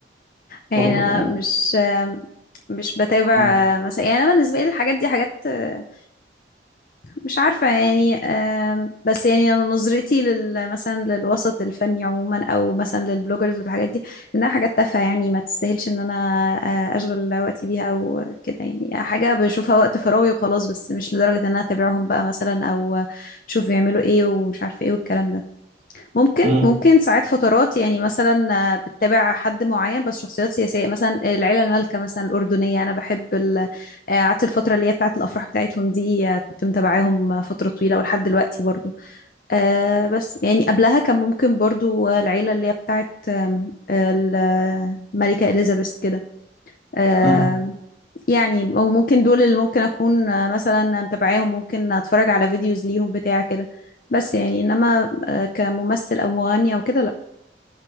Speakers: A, on the left (about 50°); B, on the right (about 45°).
A: يعني
B: برضه
A: انا مش آم، مش بتابع
B: ما...
A: آه، مثلا يعني انا بالنسبه لي الحاجات دي حاجات آه، مش عارفه يعني آم، بس يعني انا نظرتي لل مثلا للوسط الفني عموما او مثلا للبلوجرز والحاجات دي انها حاجات تافهه يعني ما تستاهلش ان انا آه، اشغل وقتي بيها او كده يعني حاجه بشوفها وقت فراغي وخلاص بس مش لدرجه ان انا اتابعهم بقى مثلا او اشوف بيعملوا ايه ومش عارفه ايه والكلام ده ممكن
B: مم.
A: ممكن ساعات فترات يعني مثلا آه، بتتابع حد معين بس شخصيات سياسية مثلا العيلة المالكة مثلا الأردنية أنا بحب ال- آه، قعدت الفترة اللي هي بتاعت الأفراح بتاعتهم دي آه، كنت متابعاهم آه، فترة طويلة ولحد دلوقتي برضو آه، بس يعني قبلها كان ممكن برضو آه، العيلة اللي هي بتاعت آم، آه، الملكة إليزابيث كده آه
B: مم.
A: يعني ممكن دول اللي ممكن اكون آه، مثلا متابعاهم ممكن اتفرج على فيديوز ليهم بتاع كده بس يعني انما آه، كممثل او مغني او كده لا